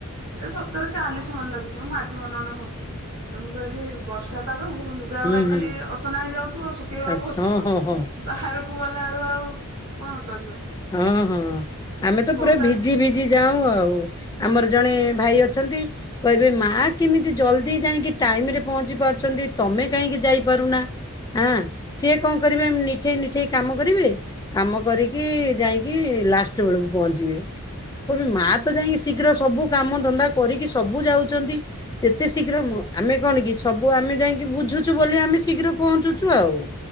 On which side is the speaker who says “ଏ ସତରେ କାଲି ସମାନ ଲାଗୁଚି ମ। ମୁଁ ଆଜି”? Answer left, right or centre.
Right